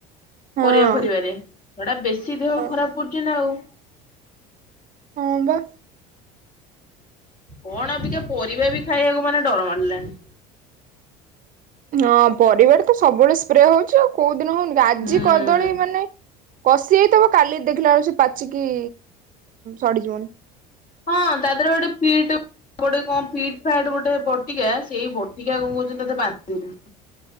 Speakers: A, on the right; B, on the left.
A: ହଁ
B: ପରିବାଫରିବାରେ ସେଟା ବେଶୀ ଦେହ
A: ହଁ
B: ଖରାପ କରୁଛି ନା ଆଉ।
A: ହଁ ବା।
B: କଣ ଆବିକା ପରିବା ବି ଖାଇବାକୁ ମାନେ ଡର ମାଡ଼ିଲାଣି।
A: ହଁ ପରିବାରେ ତ ସବୁବେଳେ ସ୍ପ୍ରେ ହଉଛି ଆଉ କୋଉ ଦିନ ହଉନି। ଆଜି
B: ହୁଁ
A: କଦଳୀ ମାନେ କସିହେଇଥିବ କାଲି ଦେଖିଲା ବେଳୁ ସେ ପାଚିକି ସଢିଯିବଣି।
B: ହଁ ତା ଦେହରେ ଗୋଟେ ପିଠ ଗୋଟେ କଣ ଫିଟ୍ ଫାଟ ଗୋଟେ ବଟିକା ସେଇ ବଟିକା କଣ କହୁଛନ୍ତି ତା ଦେହରେ ବାନ୍ଦୀଦଉଛନ୍ତି।